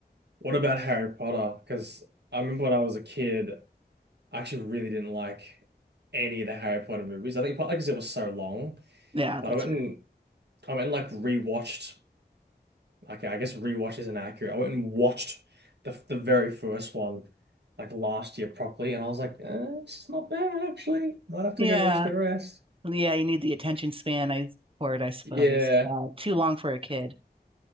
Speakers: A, on the right; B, on the right.
A: what about Harry Potter? Because I remember when I was a kid, I actually really didn't like any of the Harry Potter movies. I think partly because it was so long,
B: yeah,
A: but
B: that's
A: I went
B: fair.
A: and I went and like rewatched. Okay, I guess rewatch is inaccurate. I went and watched the the very first one like last year properly, and I was like, eh, it's not bad actually. Might have to
B: Yeah.
A: go watch the rest.
B: Yeah. You need the attention span I, for it, I suppose.
A: Yeah,
B: Yeah. Too long for a kid.